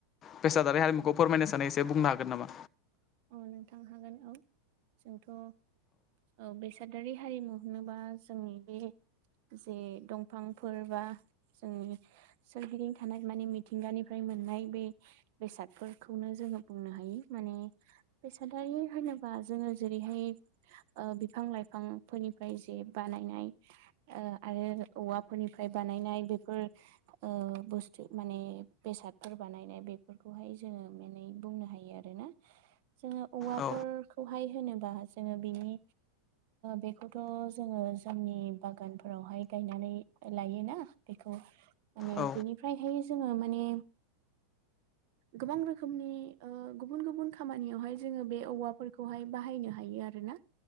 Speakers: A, on the left; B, on the right.
A: बेसाद हारिमुखौ फोरमायनो सानो एसे बुंनो हागोन नामा?
B: औ नोंथां हागोन औ जोंथ' औ बेसादारि हारिमु होनोबा जोंनि बे जे दंफांफोर बा जोंनि सोरगिदिं थानाय माने मिथिंगानिफ्राय मोननाय बे बेसादफोरखौनो जों जों बुंनो हायो माने बेसादारि होनोबा जोङो जेरैहाय बिफां लाइफांफोरनिफ्राय जे बानायनाय आरो औवाफोरनिफ्राय बानायनाय बेफोर ओ बुस्थु माने बेसादफोर बानायनाय बेफोरखौहाय जोङो माने बुंनो हायो आरो ना जोङो औवाफोरखौहाय
A: औ
B: होनोबा जोङो बिनि बेखौथ' जोङो जोंनि बागानफोरावहाय गायनानै लायोना बेखौ माने
A: औ
B: बेनिफ्रायहाय जोङो माने गोबां रोखोमनि ओ गुबुन गुबुन खामानियावहाय जोङो बे औवाफोरखौहाय बाहायनो हायो आरोना